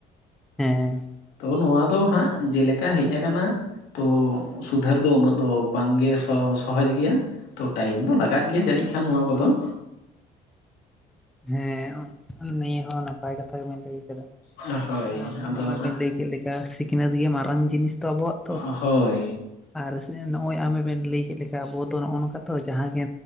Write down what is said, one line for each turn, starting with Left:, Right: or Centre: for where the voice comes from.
Centre: ᱦᱮᱸ ᱾
Left: ᱛᱚ ᱱᱚᱣᱟ ᱫᱚ ᱦᱟᱸᱜ ᱡᱮᱞᱮᱠᱟ ᱦᱮᱡ ᱟᱠᱟᱱᱟ ᱛᱚ ᱥᱩᱫᱷᱟᱹᱨ ᱫᱚ ᱩᱱᱟᱹᱜ ᱫᱚ ᱵᱟᱝᱜᱮ ᱥᱚ ᱥᱚᱦᱚᱡᱽ ᱜᱮᱭᱟ ᱾ ᱛᱚ ᱴᱟᱭᱤᱢ ᱫᱚ ᱞᱟᱜᱟᱜ ᱜᱮᱭᱟ ᱡᱟᱹᱱᱤᱡ ᱠᱷᱟᱱ ᱱᱚᱣᱟ ᱠᱚᱫᱚ ᱾
Centre: ᱦᱮᱸ ᱱᱤᱭᱟᱹ ᱦᱚᱸ ᱱᱟᱯᱟᱭ ᱠᱟᱛᱷᱟ ᱜᱮᱵᱮᱱ ᱞᱟᱹᱭ ᱟᱠᱟᱫᱟ ᱾
Left: ᱦᱳᱭ
Centre: ᱟᱨ
Left: ᱟᱫᱚ
Centre: ᱱᱚᱜᱼᱚᱭ
Left: ᱦᱟᱸᱜ
Centre: ᱵᱮᱱ ᱞᱟᱹᱭ ᱠᱮᱜ ᱞᱮᱠᱟ ᱥᱤᱠᱷᱱᱟᱹᱛ ᱜᱮ ᱢᱟᱨᱟᱝ ᱡᱤᱱᱤᱥ ᱫᱚ ᱟᱵᱚᱣᱟᱜ ᱾
Left: ᱦᱳᱭ ᱾
Centre: ᱟᱨ ᱱᱚᱜᱼᱚᱭ ᱟᱢᱮᱵᱮᱱ ᱞᱟᱹᱭ ᱠᱮᱜ ᱞᱮᱠᱟ ᱟᱵᱚ ᱫᱚ ᱱᱚᱜ-ᱱᱚᱝᱠᱟ ᱛᱚ ᱡᱟᱦᱟᱸ ᱜᱮ